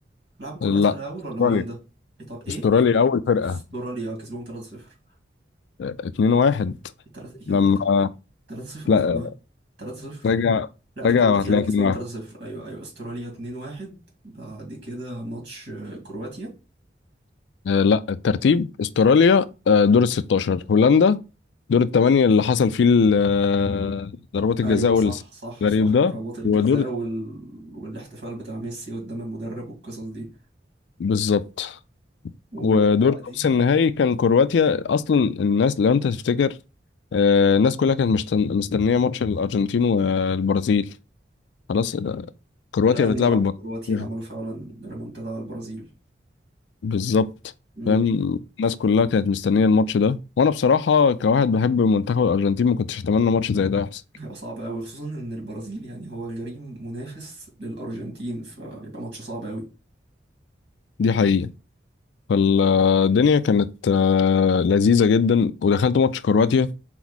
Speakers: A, on the right; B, on the left.
A: لعبوا كرواتيا
B: لا
A: الأول ولا
B: استراليا
A: هولندا إيطاليا إيه
B: استراليا اول فرقه
A: استراليا كسبهم 3-0
B: 2 1
A: 3 يا
B: لما
A: عم 3-0
B: لا
A: قلت بقى 3-0
B: راجع
A: لا ده
B: راجع
A: كرواتيا
B: وهتلاقي
A: اللي كسبهم
B: 2 1
A: 3-0 ايوه ايوه استراليا 2-1 بعد كده ماتش آه، كرواتيا
B: لا الترتيب استراليا آه، دور ال 16 هولندا دور الثمانيه اللي حصل فيه ال- آه، ضربات الجزاء
A: ايوه
B: والغريب
A: صح صح صح
B: ده
A: ضربات الجزاء
B: ودور
A: وال... والاحتفال بتاع ميسي قدام المدرب والقصص دي
B: بالظبط
A: وبعدين
B: ودور نص النهائي كان كرواتيا اصلا الناس لو انت تفتكر آه، الناس كلها كانت مشتن- مستنيه ماتش الارجنتين والبرازيل خلاص ده كرواتيا
A: لان
B: بتلعب
A: اه
B: البرازيل
A: كرواتيا عملوا فعلا ريمونتادا على البرازيل
B: بالظبط
A: امم
B: فاهم الناس كلها كانت مستنيه الماتش ده وانا بصراحه كواحد بحب منتخب الارجنتين ما كنتش اتمنى ماتش زي ده يحصل
A: هيبقى صعب قوي خصوصا ان البرازيل يعني هو الجريم منافس للارجنتين فهيبقى ماتش صعب
B: دي حقيقه فالدنيا كانت آه، لذيذه جدا ودخلت ماتش كرواتيا